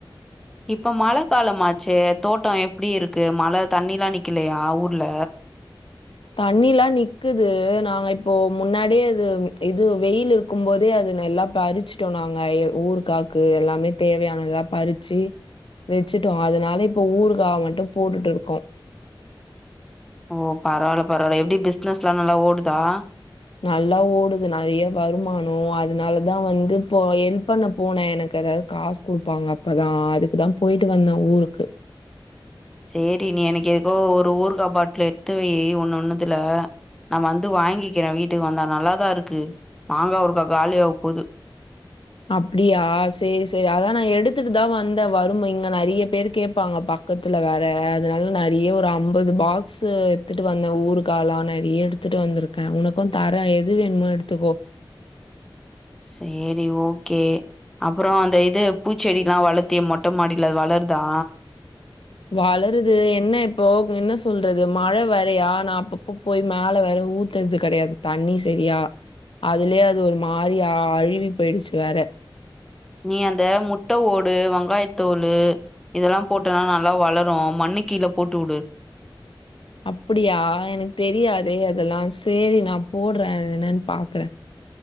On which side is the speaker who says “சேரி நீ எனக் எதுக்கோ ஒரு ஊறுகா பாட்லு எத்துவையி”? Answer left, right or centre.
Centre